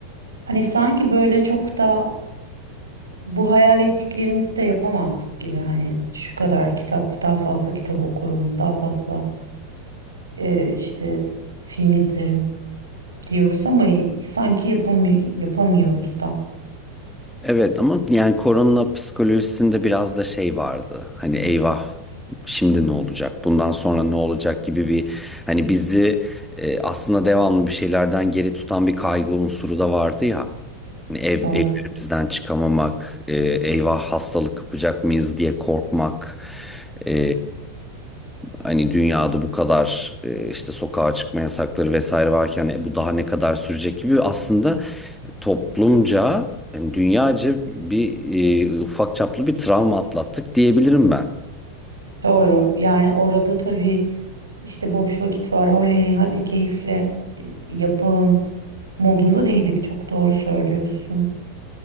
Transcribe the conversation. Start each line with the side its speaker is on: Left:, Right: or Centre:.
Right: Hani sanki böyle çok da bu hayal ettiklerimizi de yapamazdık gibi. Hani şu kadar kitap, daha fazla kitap okurum, daha fazla e, işte film izlerim diyoruz ama sanki yapamı- yapamıyoruz da.
Centre: Evet ama yani korona psikolojisinde biraz da şey vardı. Hani eyvah şimdi ne olacak? Bundan sonra ne olacak gibi bir hani bizi e, aslında devamlı bir şeylerden geri tutan bir kaygı unsuru da vardı ya. Hani ev,
Right: Doğru.
Centre: ev bizden çıkamamak, e, eyvah hastalık kapacak mıyız diye korkmak, e, hani dünyada bu kadar e, işte sokağa çıkma yasakları vesaire varken e, bu daha ne kadar sürecek gibi aslında toplumca, yani dünyaca bir e, ufak çaplı bir travma atlattık diyebilirim ben.
Right: Doğru. Yani orada tabii işte boş vakit var. Oley hadi keyifle e, yapalım modunda değildik. Çok doğru söylüyorsun.